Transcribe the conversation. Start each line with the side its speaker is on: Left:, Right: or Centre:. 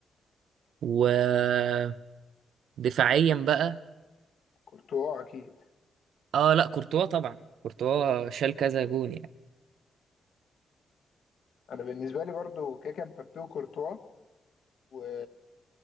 Right: ودفاعيا بقى
Left: كورتوا اكيد
Right: اه لا كورتوا طبعا كورتوا شال كذا جون يعني.
Left: انا بالنسبة لي برضو كاكا مبابي وكورتوا و